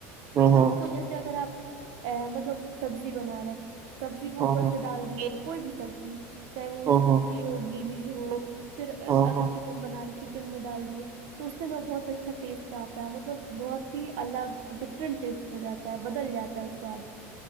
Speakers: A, on the right; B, on the right.
A: ہوں ہوں
B: اس کو جی سے اگر آپ مطلب سبزی بنا رہا ہے سبزی کو
A: ہوں
B: اوپر
A: ہوں
B: سے ڈال دیے کوئی بھی سبزی چاہے وہ
A: ہوں
B: سوکھی ہو گیلی ہو پھر اگر
A: ہوں ہوں
B: چکن بنا رہی چکن میں ڈال دیے تو اس دن وہ بہت اچھا ٹیسٹ آتا ہے مطلب بہت ہی الگ ڈفرنٹ ٹیسٹ ہو جاتا ہے بدل جاتا ہے سواد